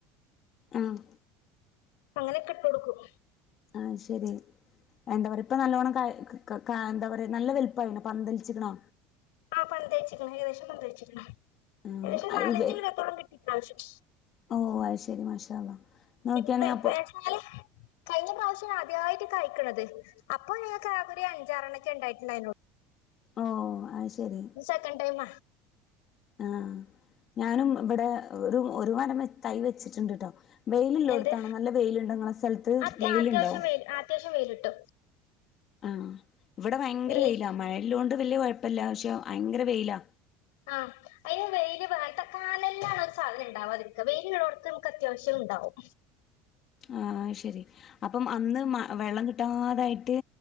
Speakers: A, on the left (about 35°); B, on the left (about 85°).
A: ആഹ്
B: അങ്ങനൊക്കെ ഇട്ട് കൊട്ക്കും
A: ആയ് ശരി എന്താ പറയാ ഇപ്പ നല്ലോണം കായ എന്താ പറയാ നല്ല വൽപ്പായിണോ പന്തലിച്ചിക്ക്ണോ?
B: ആഹ് പന്തലിച്ചിക്ക്ണ് ഏകദേശം പന്തലിച്ചിക്ക്ണ്
A: ആഹ്
B: ഏകദേശം
A: അയ്
B: നാലഞ്ച് കിലോത്തോളം കിട്ടി ഇപ്രാവശ്യം
A: ഓഹ് അത് ശെരി മാഷാഅല്ലാ നോക്കിയാണി
B: ഇപ്രാവശ്യം
A: അപ്പൊ
B: കഴിഞ്ഞ പ്രാവശ്യം ആദ്യായിട്ട് കാഴ്ക്ക്ണത് അപ്പൊ ഞങ്ങക്ക് ആകെ ഒരു അഞ്ചാറണൊക്കെ ഇണ്ടായിട്ടുണ്ടായിരുന്നള്ളു
A: ഓഹ് അത് ശെരി
B: <unintelligible> സെക്കൻ ടൈമ
A: ആഹ് ഞാനും ഇബടെ ഒരു ഒരു മരം തൈ വെച്ചിട്ടുണ്ട്ട്ടോ വെയില് ഇല്ലോട്ത്താണ്
B: എന്ത്
A: നല്ല വെയ്ലുണ്ടോ ഇങ്ങളെസ്ഥൽത്ത്
B: അത്യ
A: വെയ്ല്ണ്ടോ?
B: അത്യാവശ്യം വെയിൽ അത്യാവശ്യം വെയ്ല്ണ്ട്
A: ആഹ് ഇവടെ ഭയങ്കര
B: വെയിൽ
A: വെയ്ലാ മഴയില്ലോണ്ട് വലിയ കൊഴ്പ്പല്ല പക്ഷെ ഭയങ്കര വെയ്ലാ
B: ആഹ് അയ്ൽ വെയ്ല് വേ കാലയ്ല്ലാണത് സാധനം ഇണ്ടാവാതിരിക്ക വെയിലുള്ളോട്ത്ത് നമുക്ക് അത്യാവശ്യം ഉണ്ടാവും
A: ആ ശരി അപ്പം അന്ന് വെള്ളം കിട്ടാതായിട്ട്